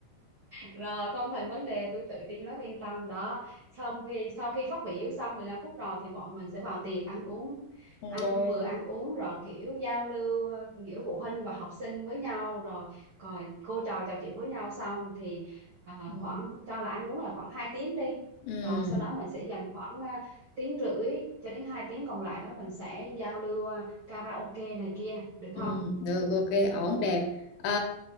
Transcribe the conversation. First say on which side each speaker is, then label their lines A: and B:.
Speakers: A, on the right; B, on the left.
A: rồi không thành vấn đề tôi tự tin lắm yên tâm đó xong khi sau khi phát biểu xong 15 phút rồi thì bọn mình sẽ vào tiệc ăn uống
B: Ừ,
A: ăn
B: rồi
A: vừa ăn uống rồi kiểu giao lưu ờ, giữa phụ huynh và học sinh với nhau rồi rồi cô trò trò chuyện với nhau xong thì ờ,
B: ừ.
A: khoảng cho là ăn uống là khoảng 2 tiếng đi
B: Ừ.
A: rồi sau đó mình sẽ dành khoảng ờ, tiếng rưỡi cho đến 2 tiếng còn lại đó mình sẽ giao lưu ờ, karaoke này kia được
B: Ừ.
A: không
B: được ok ổn đẹp Ờ,